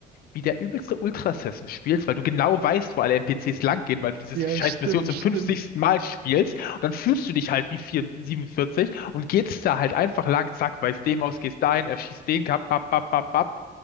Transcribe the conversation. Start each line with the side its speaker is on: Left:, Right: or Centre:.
Left: wie der übelste Ultra-Assassin spielst, weil du genau weißt, wo alle NPCs langgehen, weil du dieses
Right: Ja,
Left: scheiß
Right: stimmt,
Left: Mission zum
Right: stimmt.
Left: 50. Mal spielst. Und dann fühlst du dich halt wie 4, 47 und gehst da halt einfach lang, zack, weißt dem aus, gehst dahin, erschießt den, kap, pap, pap, pap, pap.